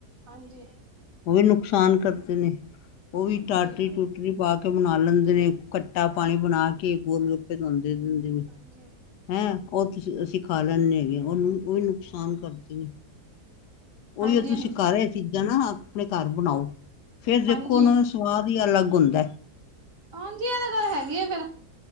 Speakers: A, on the right; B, on the left.
A: ਹਾਂਜੀ।
B: ਓ ਵੀ ਨੁਕਸਾਨ ਕਰਦੇ ਨੇ
A: ਹਾਂਜੀ
B: ਓ ਵੀ ਟਾਟ
A: ਹਾਂਜੀ
B: ਈ ਟੂ ਚਟਨੀ ਪਾ ਕੇ ਬਣਾ ਲੈਂਦੇ ਨੇ ਕੱਟਾ ਪਾਣੀ ਬਣਾ ਕੇ ਗੋਲ ਗੱਪੇ ਤੁਹਾਨੂੰ ਦੇ ਦਿੰਦੇ
A: ਹਾਂਜੀ
B: ਨੇ ਹੈ ਉਹ ਤੁਸੀਂ ਅਸੀਂ ਖਾ ਲੈਂਦੇ ਹੈਗੇ ਉਹਨੂੰ ਉਹੀ ਨੁਕਸਾਨ
A: ਹਾਂਜੀ
B: ਕਰਦੀ। ਉਹੀ
A: ਹਾਂਜੀ
B: ਤੁਸੀਂ ਘਰ ਰਹੇ ਚੀਜ਼ਾਂ ਨਾ ਆਪਣੇ ਘਰ ਬਣਾਓ ਫਿਰ ਦੇਖੋ
A: ਹਾਂਜੀ
B: ਉਨਾਂ ਨੂੰ ਸਵਾਦ ਹੀ ਅਲੱਗ ਹੁੰਦਾ।
A: ਹਾਂਜੀ ਇਹਦੇ ਗੱਲ ਹੈਗੀ ਆ ਫਿਰ